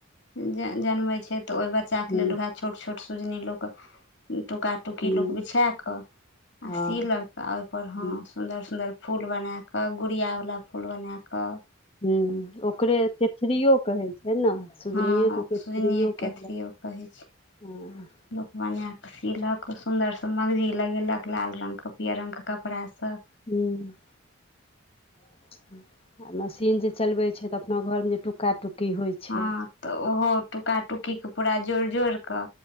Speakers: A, on the left; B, on the left.
A: जनमय छै ते ओहि बच्चा
B: हूँ
A: के लेल वैहे छोट छोट सुजनी लोक टुका टुकी
B: हूँ
A: लोक बिछाए कऽ
B: हँ
A: आ सीलक आ ओहिपर हँ
B: हूँ
A: सुन्दर सुन्दर फूल बनाकऽ गुड़आवला फूल बनाकऽ
B: हूँ ओकरे केचड़ियओ कहै छै ने सुजनिएके
A: हँ
B: केथड़िओ
A: सुजनिए केथरिओ
B: कहलक
A: कहै छै
B: हँ
A: लोक बनाए कऽ सिलक सुन्दरसँ मगजी लगेलक लाल रंग के पियर रंग के कपड़ा सँ
B: हूंम्म आ मशीन जे चलबै छै तऽ अपना घरमे जे टुक्का टुक्की होइ छै
A: हँ तऽ ओहो टुका टुकी के पूरा जोड़ जोड़ के